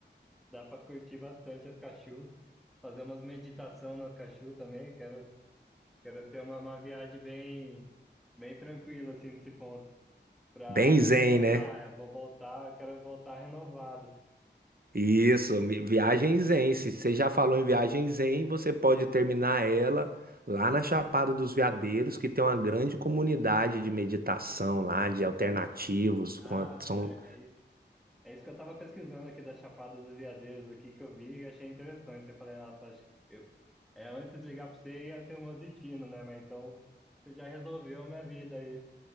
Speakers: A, in the centre; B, on the right.
A: Dá para curtir bastante as cachorro, fazer umas meditação nas cachorro também. Quero, quero ter uma, uma viagem bem, bem tranquila assim nesse ponto. para
B: Bem
A: me
B: zen,
A: renovar.
B: né?
A: Eu vou voltar, quero voltar renovado.
B: Isso, mi- viagem zen. Se você já falou em viagem zen, você pode terminar ela lá na Chapada dos Veadeiros, que tem uma grande comunidade de meditação lá, de alternativos.
A: Ah,
B: Quanto
A: pô,
B: são...
A: é, é isso. É isso que eu tava pesquisando aqui da Chapada dos Veadeiros aqui, que eu vi e achei interessante. Eu falei, nossa, acho que eu... é, antes de ligar pra você ia ser o meu destino, né? Mas então você já resolveu minha vida aí,